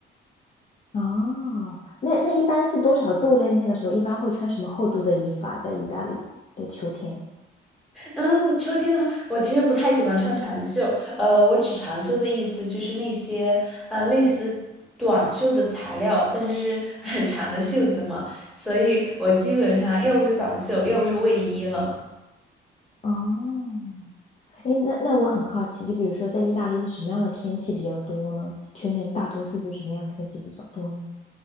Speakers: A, on the left; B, in the centre.
A: 哦，那那一般是多少度嘞？那个时候一般会穿什么厚度的衣服啊？在意大利的秋天。
B: 嗯，秋天的话，我其实不太喜欢穿长袖，呃，我指长袖的意思就是那些呃类似短袖的材料，但是是很长的袖子嘛，所以我基本上要不是短袖，要不是卫衣了。
A: 哦，哎，那那我很好奇，就比如说在意大利是什么样的天气比较多呢？全年大多数是什么样的天气比较多呢？